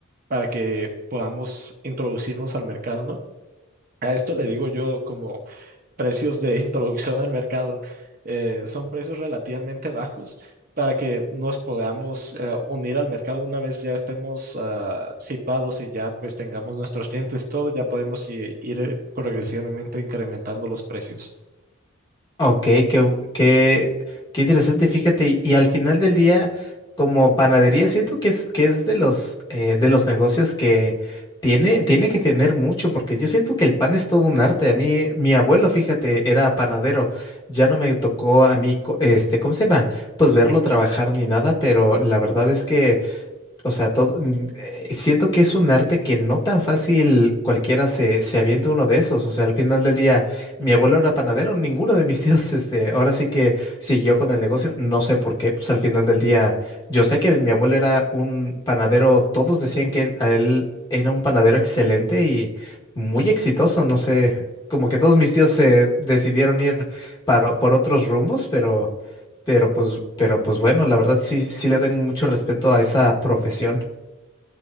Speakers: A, on the right; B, on the left.
A: para que podamos introducirnos al mercado, ¿no? A esto le digo yo como precios de <laughs> introducción al mercado. Eh, son precios relativamente bajos para que nos podamos eh, unir al mercado una vez ya estemos ah, situados y ya pues tengamos nuestros clientes, todo ya podemos i- ir eh, progresivamente incrementando los precios.
B: Ok, qué, bu- qué, qué interesante, fíjate, y, y al final del día, como panadería, siento que es, que es de los, eh, de los negocios que tiene, tiene que tener mucho, porque yo siento que el pan es todo un arte. A mí, mi abuelo, fíjate, era panadero, ya no me tocó a mí, co- este, ¿cómo se llama? Pues verlo trabajar ni nada, pero la verdad es que o sea, todo, n- eh, siento que es un arte que no tan fácil cualquiera se, se avienta uno de esos. O sea, al final del día, mi abuelo era panadero, ninguno de mis <laughs> tíos, este, ahora sí que siguió con el negocio. No sé por qué, pues al final del día, yo sé que mi abuelo era un panadero, todos decían que a él era un panadero excelente y muy exitoso. No sé, como que todos mis tíos se decidieron ir para, por otros rumbos, pero... Pero pues, pero pues bueno, la verdad sí, sí le tengo mucho respeto a esa profesión.